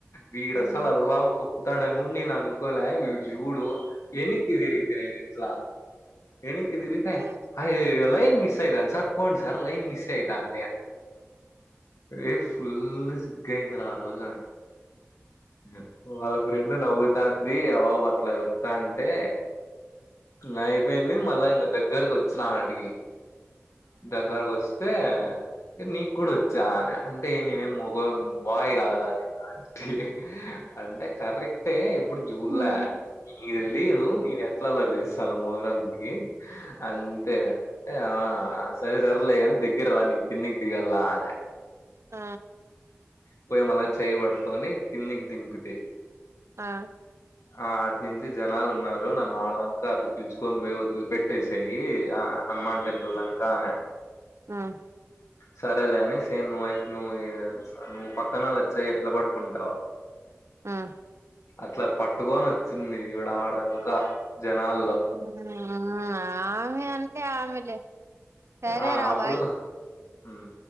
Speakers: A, on the left; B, on the right.
A: వీడస్సల్
B: హ్మ్
A: అల్వాల్ తొక్కుతాడని గూడా నేను అనుకోలే వీడుజూడు యెనిక్కి దిరిగితే నేను ఎట్లా యెనిక్కిదిరిగితే
B: హ్మ్
A: అయ్యయో లైన్ మిస్ అయితాంది సార్ పోండి సార్ లైన్ మిస్ అయితాంది ఏ ఫుల్ సిగ్గ్ అయింది రా ఆరోజు నా వాళ్ళ ఫ్రెండ్ నవ్వుతాం ది అ బాబు అట్ల ఒక్క అంటే నై పోయింది మళ్ళా ఇంగ దగ్గరకు వచ్చిన ఆంటికి దగ్గరకు వస్తే వస్తే నీకు గూడా వచ్చా అనే అంటే నేనే మొగొ బాయ్ గాదా ఆంటీ అంటే కర్రయి అంటే ఇప్పుడు జూల్లే
B: ఆమె
A: నీకు దెలీయదు నేను ఎట్లా అల్లరి జేస్తాను మొహరంకి అంతే ఏ ఆ సరే సర్లేగాని దగ్గర రా నే కిందికి దిగాల్లా అనే
B: ఆ
A: పోయి మళ్ళ చేయి పట్టుకొని కిందికి దింపితే
B: ఆ
A: ఆ అట్ నుంచి జనాలు ఉన్నారు నన్ను ఆడదాంక అట్ల పిలుచుకొని బోయి వదిలిపెట్ సేయ్యి ఆ హనుమాన్ టెంపుల్ దాంకా అనే
B: ఉమ్
A: సరేలే అని సేమ్ నువ్వు అయి నువ్వు నువ్వు పక్కనోళ్ళ చేయి ఎట్లా పట్టుకుంటావ్
B: ఉమ్
A: అట్లా పట్టుకొని వచ్చింది ఈవిడ ఆడదాంకా జనాల్లో
B: ఉమ్ ఆమె అంతే ఆమెలే సరే
A: ఆ
B: రా
A: అప్పుడు
B: బాయ్
A: ఉమ్